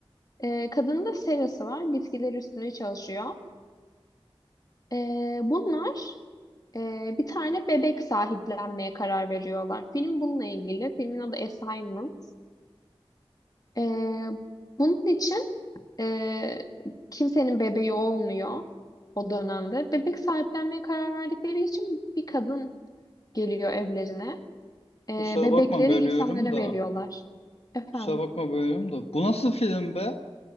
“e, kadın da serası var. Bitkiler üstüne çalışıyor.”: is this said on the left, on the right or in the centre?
Left